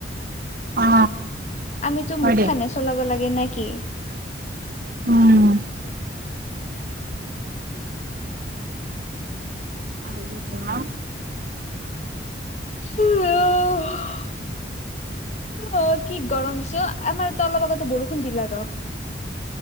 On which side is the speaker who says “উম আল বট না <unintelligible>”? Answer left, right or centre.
Right